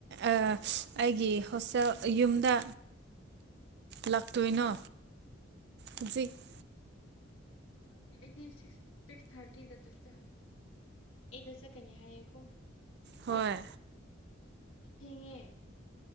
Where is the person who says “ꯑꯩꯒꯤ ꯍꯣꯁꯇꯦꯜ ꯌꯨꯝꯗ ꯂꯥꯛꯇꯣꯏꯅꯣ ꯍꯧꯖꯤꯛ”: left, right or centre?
Right